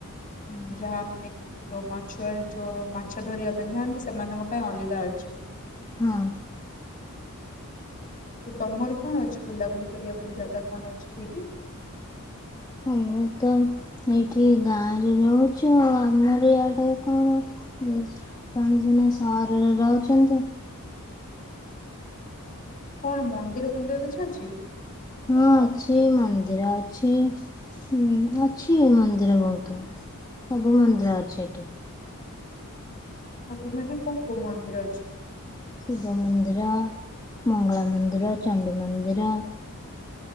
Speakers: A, on the left; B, on the left.
A: ହୁଁ
B: ଯାହା ମାନେ ଯୋଉଁ ମାଛୁଆ ଯୋଉଁ ମାଛ ଧରିବା ପାଇଁ ଯାଆନ୍ତି ସେମାନଙ୍କ ପାଇଁ ଅଲଗା ଅଲଗା ଅଛି।
A: ହଁ <inaudible>
B: ତ ତମର କଣ ଅଛି ବୁଲାବୁଲି କରିବା ପାଇଁ ଜାଗା କଣ ଅଛି ସେଇଠି?
A: ମୁ ତ ଏଇଠି ଗାଁରେ ରହୁଛୁ ଆଉ ଆମର ଇଆଡେ କଣ? ଆପଣ ସିନା ସହରରେ ରହୁଛନ୍ତି।
B: କଣ ମନ୍ଦିର ଫନ୍ଦିର କିଛି ଅଛି?
A: ହଁ ଅଛି ମନ୍ଦିର ଅଛି। ହୁଁ ଅଛି ମନ୍ଦିର ବହୁତ ସବୁ ମନ୍ଦିର ଅଛି ଏଠି।
B: ସବୁ ମାନେ କୋଉଁ କୋଉଁ ମନ୍ଦିର ଅଛି?
A: ଶିବ ମନ୍ଦିର, ମଙ୍ଗଳା ମନ୍ଦିର, ଚଡି ମନ୍ଦିର